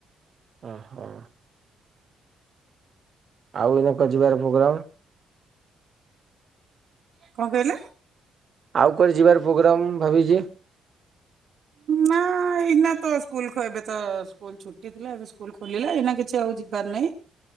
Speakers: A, on the right; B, on the right.
A: ଓହୋ। ଆଉ ଏଇନା କୁଆ ଯିବାର ପ୍ରୋଗ୍ରାମ
B: କଣ କହିଲେ?
A: ଆଉ କୁଆଡେ ଯିବାର ପ୍ରୋଗ୍ରାମ୍ ମୁ ଭାବିଚି?
B: ନା ଏଇନା ତ ସ୍କୁଲ ଏବେ ତ ସ୍କୁଲ ଛୁଟି ଥିଲା ଏବେ ସ୍କୁଲ ଖୋଲିଲା ଏଇନା କିଛି <unintelligible> ନାଇଁ